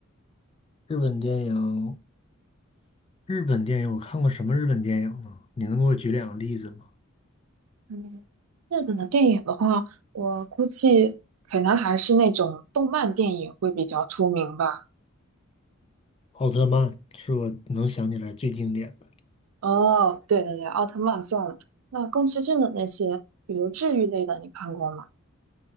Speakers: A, on the left; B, on the right.
A: 日本电影日本电影我看过什么日本电影呢？你能给我举两个例子吗？
B: 嗯嗯，日本的电影的话，我估计可能还是那种动漫电影会比较出名吧。
A: 奥特曼是我能想起来最经典的，
B: 哦，对对对，奥特曼算了。那宫崎骏的那些，比如治愈类的，你看过吗？